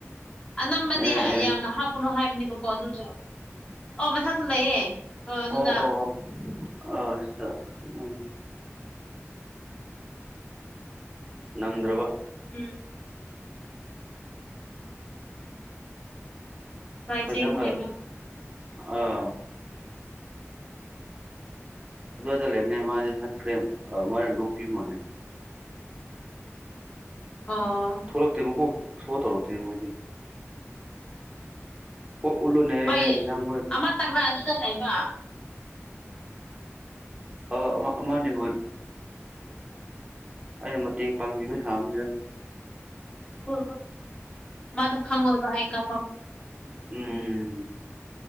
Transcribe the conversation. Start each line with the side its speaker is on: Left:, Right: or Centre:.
Left: ꯑꯅꯝꯕꯗꯤ
Right: ꯑꯦ ꯑꯦ
Left: ꯌꯥꯝꯅ ꯍꯥꯞꯄꯅꯨ ꯍꯥꯏꯕꯅꯦꯕꯀꯣ ꯑꯗꯨꯗꯣ ꯑꯣ ꯃꯊꯛꯇꯨ ꯂꯩꯌꯦ
Right: ꯑꯣ
Left: ꯑ ꯑꯗꯨꯗ
Right: ꯑꯣ ꯑꯣ ꯑ ꯎꯝ ꯅꯪꯗ꯭ꯔꯕ
Left: ꯎꯝ ꯄꯥꯏꯖꯦ
Right: ꯍꯣꯏ ꯅꯪ
Left: ꯏ ꯐꯦ
Right: ꯂꯥꯛ ꯑꯥ ꯑ ꯂꯩ ꯃꯥ ꯍꯥ ꯀ ꯃꯥ ꯅꯄꯤ ꯃꯥꯅꯦ
Left: ꯑꯣ
Right: ꯊꯣꯛꯂꯛꯇꯦ ꯃꯀꯣꯛ ꯁꯣ ꯇꯧꯔꯛꯇꯦꯅꯦ ꯃꯣꯏꯁ ꯎꯠꯂꯨꯅꯦ
Left: ꯃꯥꯏ
Right: ꯃꯤꯌꯥꯡ ꯍꯣꯏ
Left: ꯑꯃꯇꯪꯉ ꯑꯗꯨꯗ ꯂꯩꯕ
Right: ꯑ ꯑꯃꯅꯤ ꯍꯣꯏ ꯑꯩꯅ ꯃꯇꯦꯡ ꯄꯥꯡꯕꯤꯕꯩ ꯍꯥꯡꯅꯤꯗ
Left: ꯎ ꯃꯥꯗ ꯈꯪꯉ ꯑꯣꯏꯕꯏꯀ
Right: ꯎꯝ